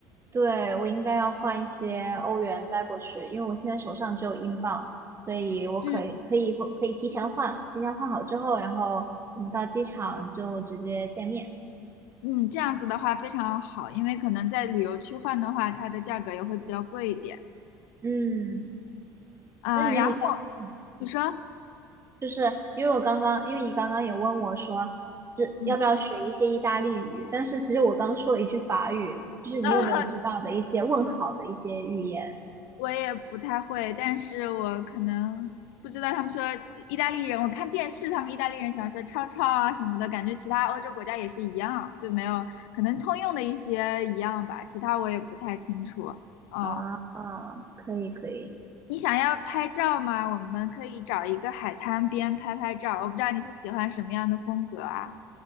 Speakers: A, on the right; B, on the left.
A: 对，我应该要换一些欧元带过去，因为我现在手上只有英镑，所以我可以可以可以提前换，
B: 嗯，
A: 提前换好之后，然后我们到机场就直接见面。
B: 嗯，这样子的话非常好，因为可能在旅游区换的话，它的价格也会比较贵一点。
A: 嗯，
B: 啊、
A: 那你有没有？
B: 然后
A: 嗯
B: 你说，
A: 就是因为我刚刚，因为你刚刚有问我说，这要不要学一些意大利语？
B: 嗯，
A: 但是其实我刚说了一句法语，就是你有没有知道的一些问好的一些语言
B: <laughs> 我也不太会，但是我可能不知道他们说意大利人，我看电视他们意大利人喜欢说超超啊什么的，感觉其他欧洲国家也是一样，就没有可能通用的一些一样吧，其他我也不太清楚。嗯。
A: 啊？啊可以可以。
B: 你想要拍照吗？我们可以找一个海滩边拍拍照。我不知道你是喜欢什么样的风格啊？